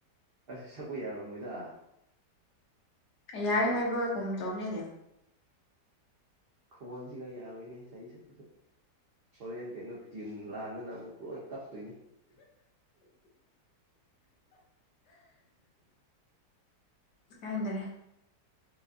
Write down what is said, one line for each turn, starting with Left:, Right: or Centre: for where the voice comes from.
Right: ꯑꯁ ꯁꯛꯄ ꯌꯥꯔꯝꯃꯣꯏꯗ
Left: ꯌꯥꯏ
Right: ꯁꯤ
Left: ꯍꯥꯏꯕꯒꯨꯝ ꯇꯧꯅꯦꯅꯦ
Right: ꯈꯣꯟꯁꯤꯒ ꯌꯥꯔꯣꯏꯅꯦ ꯆꯍꯤ ꯁꯛꯄꯁꯨ ꯍꯣꯔꯦꯟ ꯀꯩꯅꯣ ꯇ꯭ꯌꯨꯟ ꯂꯥꯟꯗꯅ ꯑꯃꯨꯛ ꯂꯣꯏ ꯀꯛꯇꯣꯏꯅꯦ
Left: ꯀꯥꯏꯅꯗꯔꯦ